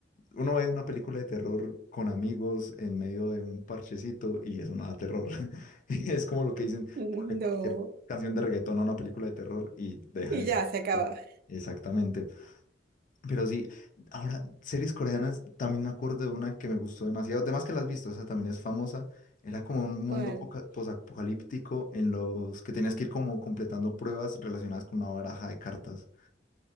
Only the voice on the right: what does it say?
No.
Y
ya
se acaba.
¿Cuál?